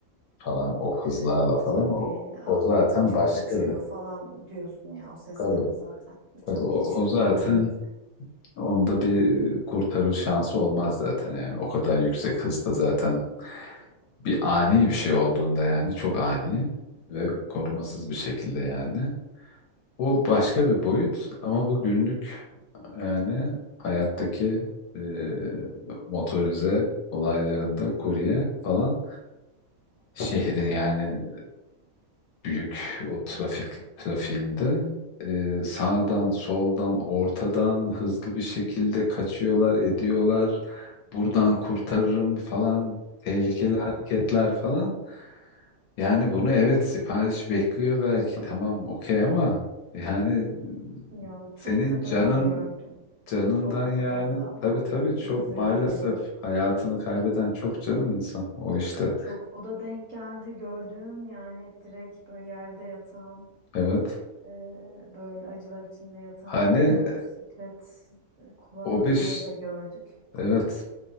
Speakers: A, on the left; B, on the right.
A: falan o hızlarla
B: E,
A: falan
B: tabii
A: o,
B: ya,
A: o zaten
B: uçak
A: başka
B: uçuyor
A: bir
B: falan diyorsun ya o seslere
A: tabii
B: zaten. Uçak
A: tabii o,
B: geçiyor
A: o zaten
B: falan. Yani.
A: onda bir kurtarır şansı olmaz zaten yani o kadar yüksek hızda zaten bir ani bir şey olduğunda yani çok ani ve korumasız bir şekilde yani o başka bir boyut ama bu günlük yani hayattaki e, motorize olaylarında kurye falan şehrin yani büyük o trafik trafiğinde e, sağdan soldan ortadan hızlı bir şekilde kaçıyorlar ediyorlar buradan kurtarırım falan tehlikeli
B: Evet
A: hareketler falan yani bunu evet sipariş bekliyor belki tamam okey ama yani
B: ya
A: senin
B: çok da
A: canın
B: kaza gördüm.
A: canından
B: Çok
A: yani
B: da kaza
A: tabii
B: vallahi
A: tabii
B: çok
A: çok
B: üzülüyorum.
A: maalesef hayatını kaybeden çok canım insan o işte
B: Çok o da denk geldi gördüğüm yani direkt böyle yerde yatan
A: evet
B: e, böyle acılar içinde yatan
A: hani
B: motosiklet e, kullanıcıları
A: o bir
B: da gördük.
A: evet